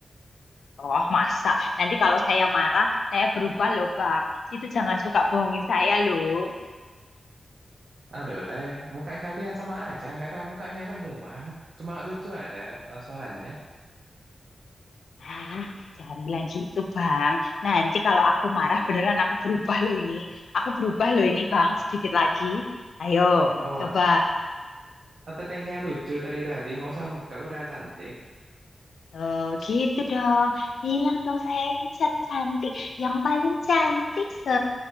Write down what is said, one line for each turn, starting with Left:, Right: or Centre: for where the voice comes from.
Left: Oh, masa? Nanti kalau saya marah, saya berubah loh, Bang. Itu jangan suka bohongin saya loh.
Right: Aduh teh, muka kalian sama aja, nggak ada mukanya semua. Cuma lucu aja eh, suaranya.
Left: Ah, jangan bilang gitu, Bang. Nanti kalau aku marah, beneran aku berubah loh ini. Aku berubah loh ini, Bang, sedikit lagi. Ayo,
Right: Oh,
Left: coba.
Right: Tetehnya lucu dari tadi, nggak usah muka, udah cantik.
Left: Eh, gitu dong. Bilang dong saya ini cat- cantik. Yang paling cantik se